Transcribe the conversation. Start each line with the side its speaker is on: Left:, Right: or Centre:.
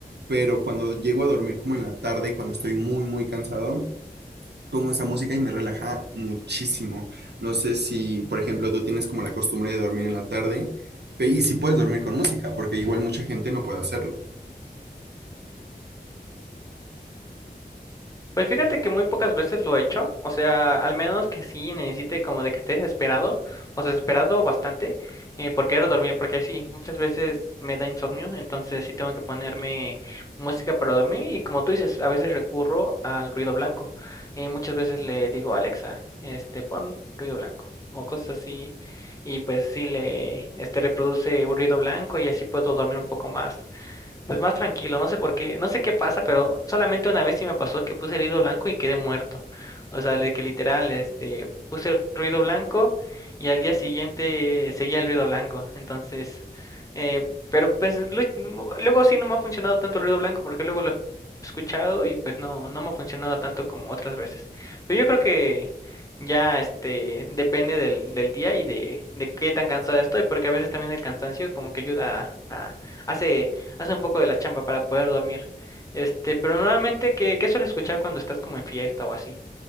Right: pero cuando llego a dormir como en la tarde, y cuando estoy muy, muy cansado, pongo esa música y me relaja muchísimo. No sé si, por ejemplo, tú tienes como la costumbre de dormir en la tarde, pe- y si puedes dormir con música, porque igual mucha gente no puede hacerlo.
Left: Pues fíjate que muy pocas veces lo he hecho, o sea, al menos que sí necesite como de que esté desesperado, o sea, desesperado bastante eh, por querer dormir, porque sí, muchas veces me da insomnio, entonces sí tengo que ponerme música para dormir y como tú dices, a veces recurro al ruido blanco. eh, muchas veces le digo, Alexa, este, pon ruido blanco o cosas así, y pues sí le, este, reproduce ruido blanco y así puedo dormir un poco más. Pues más tranquilo, no sé por qué, no sé qué pasa, pero solamente una vez sí me pasó que puse ruido blanco y quedé muerto. O sea, de que literal, este, puse ruido blanco y al día siguiente seguía el ruido blanco. Entonces, eh, pero pues lu- mu- luego sí no me ha funcionado tanto el ruido blanco porque luego lo he escuchado y pues no, no me ha funcionado tanto como otras veces. Pero yo creo que ya, este, depende del, del día y de, de qué tan cansado estoy, porque a veces también el cansancio como que ayuda a a- hace hace un poco de la chamba para poder dormir. Este, pero normalmente, ¿qué, qué sueles escuchar cuando estás como en fiesta o así?